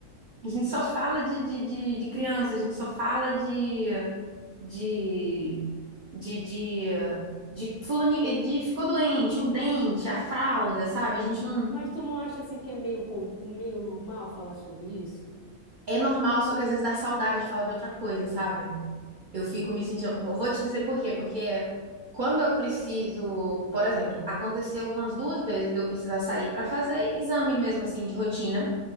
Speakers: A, on the right; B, on the left.
A: A gente só fala de, de, de, de criança, a gente só fala de, de, de, de, de fulani- de ficou doente, o dente, a fralda, sabe? A gente não.
B: Mas tu não acha assim que é meio com... meio normal falar sobre isso?
A: É normal, só que às vezes dá saudade de falar de outra coisa, sabe? Eu fico me sentindo. Vou te dizer por quê, porque quando eu preciso, por exemplo, aconteceu umas duas vezes de eu precisar sair para fazer exame mesmo assim de rotina